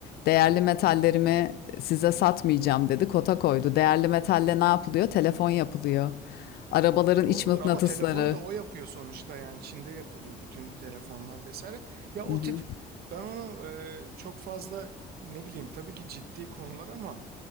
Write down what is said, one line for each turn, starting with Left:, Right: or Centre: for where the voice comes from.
Left: Değerli metallerimi size satmayacağım dedi, kota koydu. Değerli metalle ne yapılıyor? Telefon yapılıyor. Arabaların
Right: doğrudur
Left: iç mıknatısları.
Right: ama telefonu da o yapıyor sonuçta yani Çin'de yapılıyor bütün telefonlar vesaire. Ya o
Left: Hı hı.
Right: tip ben onu e, çok fazla ne bileyim tabii ki ciddi konular ama